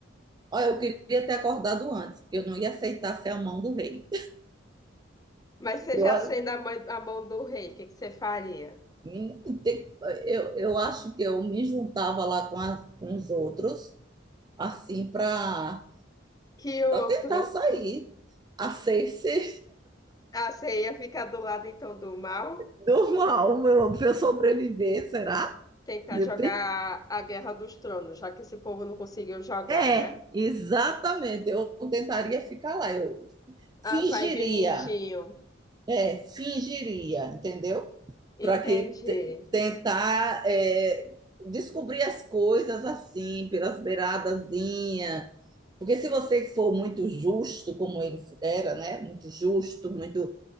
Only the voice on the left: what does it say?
Mas você
já
sendo a, mãe- a mão do rei, o que que você faria?
Que outros?
Ah, você ia ficar do lado então do mal?
Tentar
jogar a Guerra dos Tronos, já que esse povo não conseguiu jogar,
né?
A vibe mindinho.
Entendi.